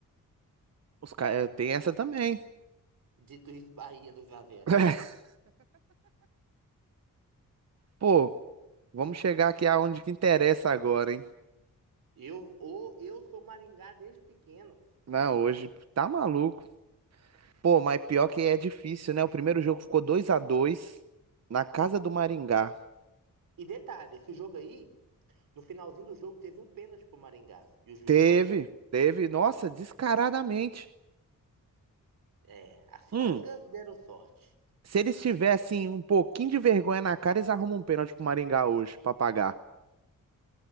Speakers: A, on the right (about 50°); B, on the right (about 85°).
A: Os caras tem essa também.
B: Dito isso, Bahia do Isavero.
A: <laughs> Pô, vamos chegar aqui aonde que interessa agora, hein?
B: Eu, ô, eu sou Maringá desde pequeno.
A: Não, hoje tá maluco. Pô, mas pior que é difícil, né? O primeiro jogo ficou dois a 2 na casa do Maringá.
B: E detalhe, esse jogo aí, no finalzinho do jogo, teve um pênalti pro Maringá. E o juiz
A: Teve,
B: não deu.
A: teve, nossa, descaradamente.
B: É, as
A: Hum,
B: frangas deram sorte.
A: Se eles tivessem um pouquinho de vergonha na cara, eles arrumam um pênalti pro Maringá hoje pra pagar.